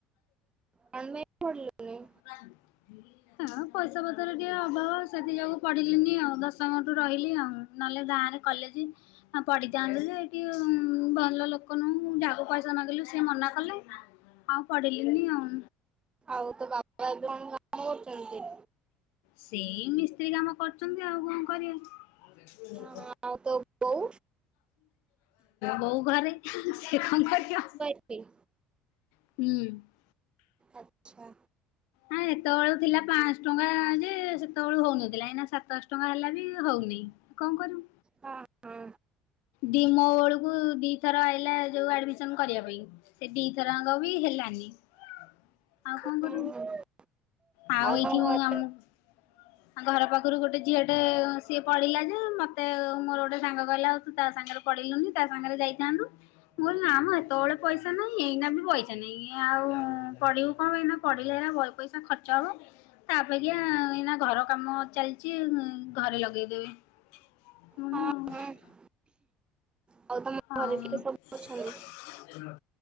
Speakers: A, on the right; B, on the left.
A: କଣ ପାଇଁ ପଢିଲୁନି?
B: ନା। ହଁ ପଇସା ପତର ଟିକେ ଅଭାବ ସେଥିଯୋଗୁଁ ପଢିଲିନି ଆଉ ଦଶମଠୁ ରହିଲି ଆଉ ନହେଲେ ଗାଁରେ କଲେଜ ପଡ଼ିଥାନ୍ତି ଯେ ଏଠି ଭଲ ଲୋକ ନୁହଁ ଯାହାକୁ ପଇସା ମାଗିଲୁ ସିଏ ମନା କଲେ ଆଉ ପଢିଲିନି ଆଉ।
A: ଆଉ ତୋ ବା କଣ କାମକରୁଛନ୍ତି?
B: ସେଇ ମିସ୍ତ୍ରୀ କାମ କରୁଛନ୍ତି ଆଉ କଣ କରିବେ?
A: ହଁ, ଆଉ ତୋ ବୋଉ
B: ବୋଉ ଘରେ ସିଏ କଣ କରିବ?
A: ଠିକ୍।
B: ହୁଁ।
A: ଆଚ୍ଛା।
B: ନା ଏତେବେଳୁ ଥିଲା ପାଆଁଶ ଟଙ୍କା ଯେ ସେତେବେଳୁ ହଉନଥିଲା ଏଇଁନା ସାତଶ ଟଙ୍କା ହେଲା ବି ହଉନି। କଣ କରିବୁ?
A: ହଁ ହଁ।
B: ଦି ମୋ ବେଳକୁ ଦିଥର ଆଇଲା। ଯୋଉ ଆଡମିସନ କରିବା ପାଇଁ ସେ ଦିଥର ଯାଙ୍କ ବି ହେଲାନି ଆଉ କଣ
A: ହୁଁ
B: କରିବୁ?
A: ହୁଁ
B: ଆଉ ଏଇଠି
A: ତମ
B: ମୁ
A: ଘରେ
B: ଆମ ଘର ପାଖରୁ ଗୋଟେ ଝିଅ ଟେ ସିଏ ପଢିଲା ଯେ ମତେ ମୋର ଗୋଟେ ସାଙ୍ଗ କହିଲା ଆଉ ତୁ ତା ସାଙ୍ଗରେ ପଢିଲୁନି ତା ସାଙ୍ଗରେ ଯାଇଥାନ୍ତୁ। ମୁଁ କହିଲି ନା ମ ଏତେବେଳେ ପଇସା ନାହିଁ ଏଇନା ବି ପଇସା ନାହିଁ ଆଉ ପଢିବୁ କଣ ଏଇନା। ପଢିଲେ ଏଇନା ବହେ ପଇସା ଖର୍ଚ୍ଚ ହବ। ତା ଅପେକ୍ଷା ଏନା ଘର କାମ ଚାଲିଚି ଘରେ ଲଗେଇଦେବି। <unintelligible>
A: ହଁ ହଁ ଆଉ ତମ
B: ଆଉ
A: ଘରେ କିଏ ସବୁ
B: କିଏ
A: ଅଛନ୍ତି?